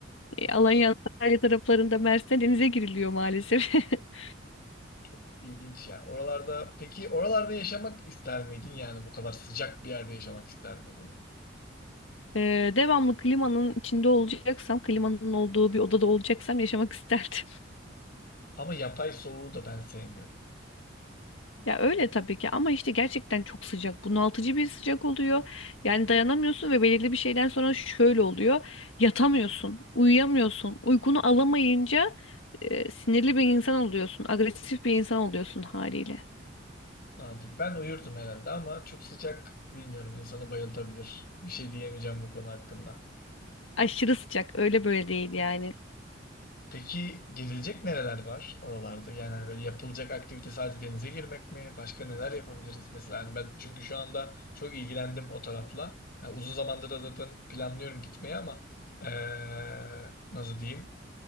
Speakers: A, on the left; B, on the left.
A: E, Alanya, Antalya taraflarında Mersin'de denize giriliyor maalesef. <laughs>
B: Çok ilginç ya. Oralarda peki oralarda yaşamak ister miydin? Yani bu kadar sıcak bir yerde yaşamak ister miydin?
A: E, devamlı klimanın içinde olacaksam, klimanın olduğu bir odada olacaksam yaşamak <laughs> isterdim.
B: Ama yapay soğuğu da ben sevmiyorum.
A: Ya öyle tabii ki ama işte gerçekten çok sıcak. Bunaltıcı bir sıcak oluyor. Yani dayanamıyorsun ve belirli bir şeyden sonra şöyle oluyor. Yatamıyorsun, uyuyamıyorsun. Uykunu alamayınca e, sinirli bir insan oluyorsun, agresif bir insan oluyorsun haliyle.
B: Anladım. Ben uyurdum herhalde ama çok sıcak bilmiyorum insanı bayıltabilir. Bir şey diyemeyeceğim bu konu hakkında.
A: Aşırı sıcak, öyle böyle değil yani.
B: Peki gezilecek nereler var oralarda? Yani hani böyle yapılacak aktivite sadece denize girmek mi? Başka neler yapabiliriz mesela? Hani ben çünkü şu anda çok ilgilendim o tarafla. Yani uzun zamandır da zaten planlıyorum gitmeyi ama eee, nasıl diyeyim?